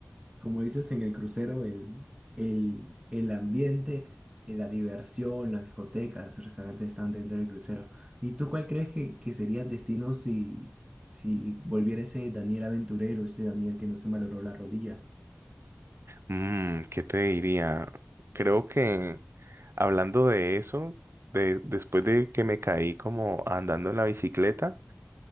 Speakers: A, on the right; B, on the right.
A: como dices en el crucero, el, el, el ambiente, eh, la diversión, las discotecas, restaurantes están dentro del crucero. ¿Y tú cuál crees que, que serían destinos si, si volviera ese Daniel aventurero, ese Daniel que no se malogró la rodilla?
B: Mm, ¿qué te diría? Creo que hablando de eso, de, después de que me caí como andando en la bicicleta,